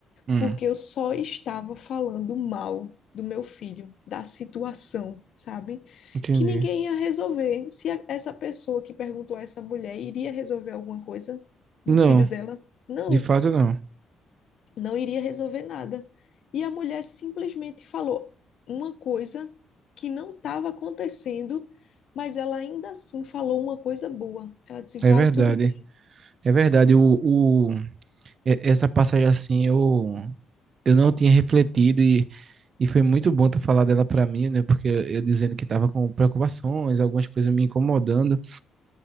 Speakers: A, on the right (about 50°); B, on the left (about 65°).
A: Hum.
B: porque eu só estava falando mal do meu filho, da situação, sabe?
A: Entendi.
B: Que ninguém ia resolver. Se a- essa pessoa que perguntou a essa mulher iria resolver alguma coisa do
A: Não,
B: filho dela, não.
A: de fato não.
B: não iria resolver nada. E a mulher simplesmente falou uma coisa que não estava acontecendo, mas ela ainda assim falou uma coisa boa. Ela disse: vai
A: É verdade.
B: tudo bem.
A: É verdade. O, o, e- essa passagem assim, eu, eu não tinha refletido e, e foi muito bom tu falar dela pra mim, né? Porque eu, eu dizendo que tava com preocupações, algumas coisas me incomodando.